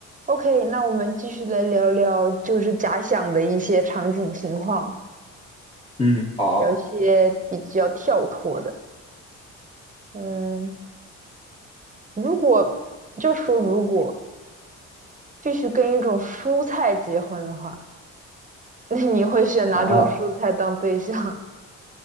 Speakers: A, on the right; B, on the left.
A: OK，那我们继续来聊聊，就是假想的一些场景情况，
B: 嗯，好，
A: 聊一些比较跳脱的。嗯，如果就说如果必须跟一种蔬菜结婚的话，那你会选哪种蔬菜当对象？
B: 啊，